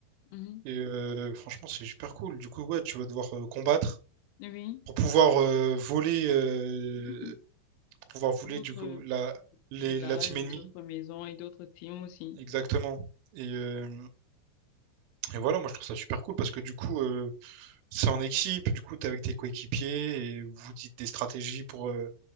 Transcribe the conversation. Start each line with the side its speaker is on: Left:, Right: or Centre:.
Left: Mhm,
Right: Et euh, franchement, c'est super cool. Du coup, ouais, tu vas devoir euh, combattre
Left: oui.
Right: pour pouvoir euh, voler, euh,
Left: Mhm.
Right: pour pouvoir voler
Left: D'autres
Right: du coup la, les-
Left: villages,
Right: la team ennemie.
Left: d'autres maisons et d'autres teams aussi.
Right: Exactement. Et, euh, et voilà, moi je trouve ça super cool parce que du coup, euh, c'est en équipe, du coup, t'es avec tes coéquipiers et vous dites des stratégies pour, euh,